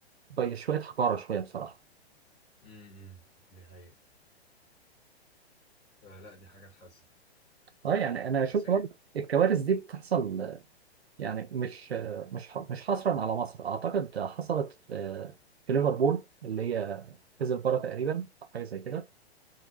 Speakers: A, on the right (about 70°); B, on the left (about 20°).
A: بشويه حقاره شويه بصراحه
B: امم دي حقيقة فلا دي حاجة تحزن
A: اه يعني انا اشوف
B: بس هي
A: برضه الكوارث دي بتحصل يعني مش مش ح- مش حصرا على مصر اعتقد حصلت في في ليفربول اللي هي كذا تقريبا حاجه زي كده